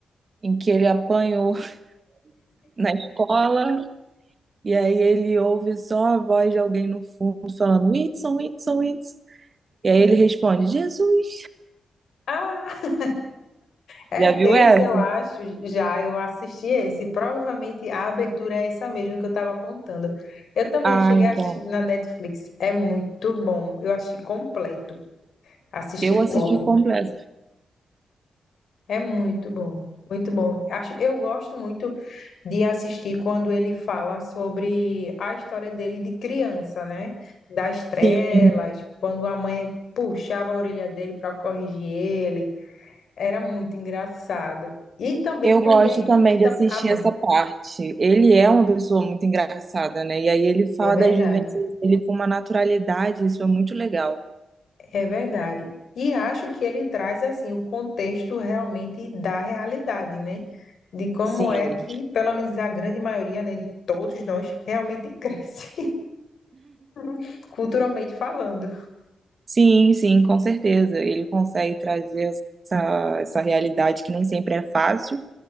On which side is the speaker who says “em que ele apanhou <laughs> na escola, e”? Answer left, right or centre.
Right